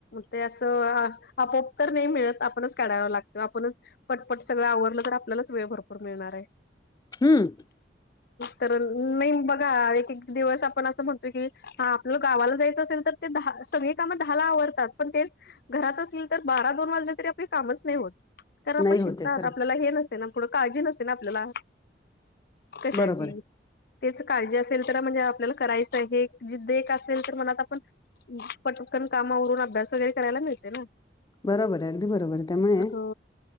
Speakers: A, on the left; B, on the left.
A: ते असं आपोप तर नाही मिळत आपणच काढावा लागतो आपणच पटपट सगळं आवरलं तर आपल्यालाच वेळ भरपूर मिळणार आहे
B: हम्म
A: तर नाही बघा एक एक दिवस आपण असं म्हणतोय कि हा आपलं गावाला जायचं असेल तर ते दहा सगळी कामं दहाला आवरतात पण तेच घरात असेल तर बारा दोन वाजले तरी आपले कामच नाही होत तर आपण
B: नाही
A: शिस्तात,
B: होते खरं
A: आपल्याला हे नसते ना पुढं काळजी नसते ना आपल्याला. कशाची,
B: बरोबर आहे
A: तेच काळजी असेल तर म्हणजे आपल्याला करायचं, हे ज एक असेल तर मनात आपण पटकन काम आवरून अभ्यास वगैरे करायला मिळते ना.
B: बरोबर आहे अगदी बरोबर आहे त्यामुळे
A: हो.